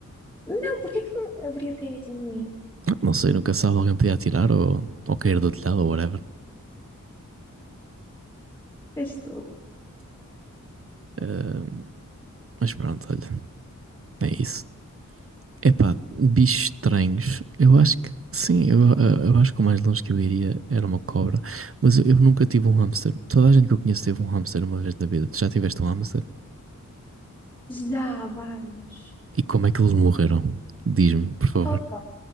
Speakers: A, on the left; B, on the right.
A: Não, porque é que um haveria de cair em cima de mim?
B: Não sei, nunca sabe, alguém podia atirar ou, ou cair do telhado ou whatever.
A: Estou.
B: Ah, mas pronto, olha, é isso. Epá, bichos estranhos. Eu acho que sim, eu, eu- eu acho que o mais longe que eu iria era uma cobra. Mas eu, eu nunca tive um hamster. Toda a gente que eu conheço teve um hamster uma vez na vida. Tu já tiveste um hamster?
A: Já há várias.
B: E como é que eles morreram? Diz-me, por favor.
A: Opa,